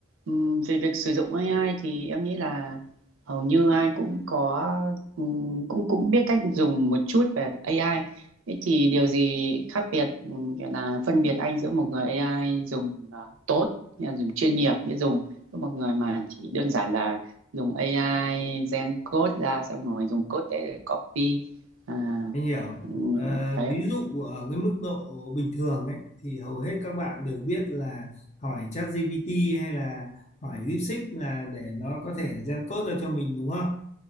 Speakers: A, on the right (about 80°); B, on the left (about 35°).
A: ừm, về việc sử dụng AI thì em nghĩ là hầu như ai cũng có ừm, cũng cũng biết cách dùng một chút về AI. Thế thì điều gì khác biệt ừm, gọi là phân biệt anh giữa một người AI dùng à, tốt, nghĩa là dùng chuyên nghiệp biết dùng với một người mà chỉ đơn giản là dùng AI gen code ra xong rồi dùng code đấy để copy à,
B: mình hiểu.
A: ừm,
B: Ờ,
A: đấy
B: ví
A: ạ.
B: dụ ở cái mức độ bình thường ấy thì hầu hết các bạn đều biết là hỏi ChatGPT hay là hỏi DeepSeek là để nó có thể gen code ra cho mình đúng không?